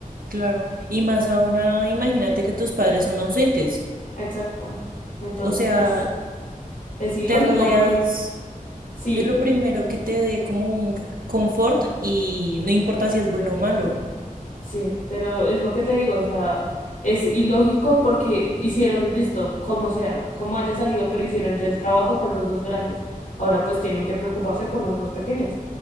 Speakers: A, on the right; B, on the left.
A: claro. Y más ahora, imagínate que tus padres son ausentes,
B: Exacto. Entonces,
A: o sea,
B: pues es ilógico
A: te rodeas
B: porque sí.
A: de lo primero que te dé como un confort y no importa si es bueno o malo.
B: Sí, pero es lo que te digo, o sea, es ilógico porque hicieron listo, como sea, como haya salido, pero hicieron ya el trabajo con los dos grandes. Ahora pues tienen que preocuparse por las dos pequeñas.